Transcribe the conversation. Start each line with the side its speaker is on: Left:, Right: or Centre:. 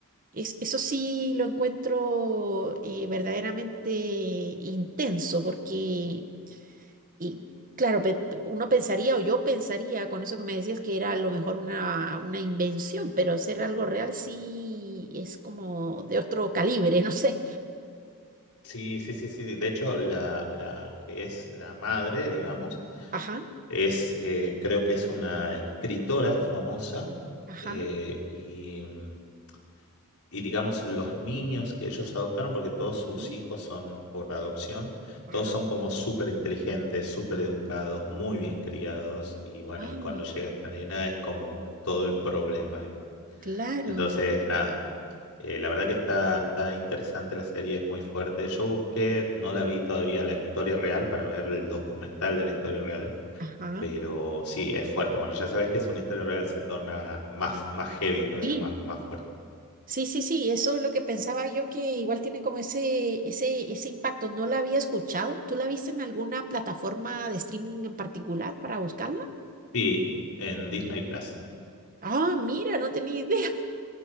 Right: es- eso sí lo encuentro eh, verdaderamente intenso porque Y claro, pe- pe- uno pensaría o yo pensaría con eso que me decías que era a lo mejor una, una invención, pero ser algo real sí es como de otro calibre, <laughs> no sé.
Left: sí, sí, sí, sí. De hecho, la, la que es la madre, digamos,
Right: Ajá,
Left: es, eh, creo que es una escritora famosa
Right: ajá,
Left: eh, y, mm, y, digamos, los niños que ellos adoptaron, porque todos sus
Right: sí,
Left: hijos son por adopción,
Right: ajá.
Left: todos son como súper inteligentes, súper educados, muy bien criados y bueno,
Right: Ah,
Left: y cuando llega esta nena es como todo el problema, digamos.
Right: claro,
Left: Entonces, nada, Eh, la verdad que está, está interesante la serie, es muy fuerte. Yo busqué, no la vi todavía la historia real para ver el documental de la historia real,
Right: ajá.
Left: pero sí, es fuerte. Cuando ya sabes que es una historia real, se torna más, más heavy todavía,
Right: Sí.
Left: más, más fuerte.
Right: Sí, sí, sí, eso es lo que pensaba yo que igual tiene como ese, ese, ese impacto. No la había escuchado. ¿Tú la viste en alguna plataforma de streaming en particular para buscarla?
Left: Sí, en Disney Plus.
Right: Ah, mira, no tenía idea.